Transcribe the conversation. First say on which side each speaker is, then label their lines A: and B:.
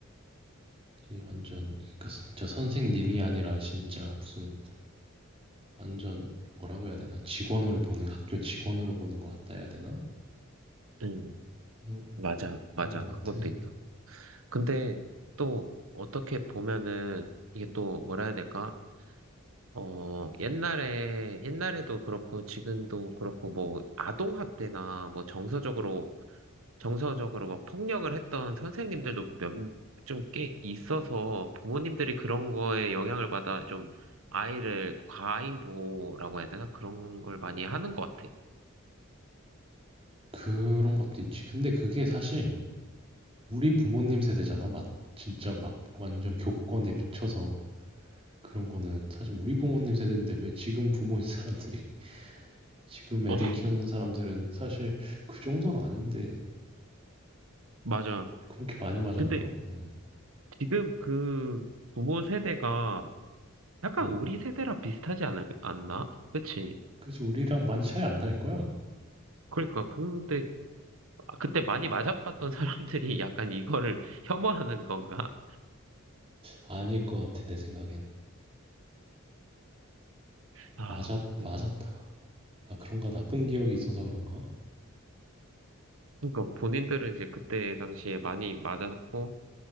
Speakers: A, on the right; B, on the right.
A: 이 완전 그러니까 진짜 선생님이 아니라 진짜 무슨 완전 뭐라고 해야 되나 직원으로 보는 학교 직원으로 보는 것 같다 해야 되나?
B: 음,
A: 정말
B: 맞아, 맞아.
A: 그런 것
B: 그것도
A: 같아
B: 있다. 근데 또 어떻게 보면은 이게 또 뭐라 해야 될까? 어, 옛날에, 옛날에도 그렇고, 지금도 그렇고, 뭐, 아동학대나, 뭐, 정서적으로, 정서적으로 뭐, 폭력을 했던 선생님들도 몇, 좀 꽤 있어서, 부모님들이 그런 거에 영향을 받아, 좀, 아이를 과잉 보호라고 해야 되나? 그런 걸 많이 하는 것 같아.
A: 그런 것도 있지. 근데 그게 사실 우리 부모님 세대잖아. 막 진짜 막 완전 교권에 미쳐서 그런 거는 사실 우리 부모님 세대인데 왜 지금 부모인 사람들이 <laughs> 지금 애들
B: 어,
A: 키우는 사람들은 사실 그 정도는 아닌데
B: 맞아.
A: 그렇게 많이 맞았나?
B: 근데
A: 어,
B: 지금 그 부모 세대가 약간
A: 음.
B: 우리 세대랑 비슷하지 않, 않나? 그치?
A: 그치 우리랑 많이 차이 안 날 거야.
B: 그러니까, 근데 아, 그때 많이 맞아봤던 사람들이 <laughs> 약간 이거를 혐오하는 건가?
A: 아닐 것 같아 내 생각엔.
B: 아,
A: 맞아
B: 그런가.
A: 맞았다. 아 그런가 나쁜 기억이 있어서 그런가?
B: 그러니까 본인들은 이제 그때 당시에 많이 맞았고,